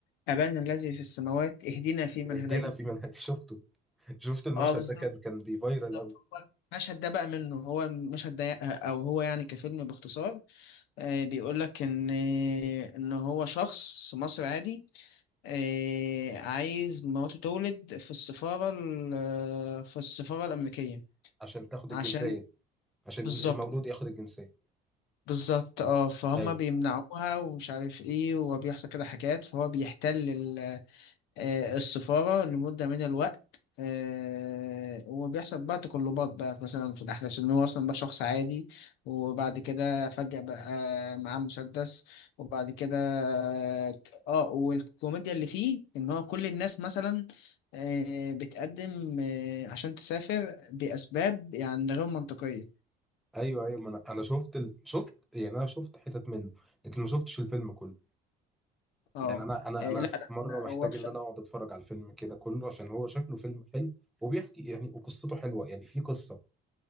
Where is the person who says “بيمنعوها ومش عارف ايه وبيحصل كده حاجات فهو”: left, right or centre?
Left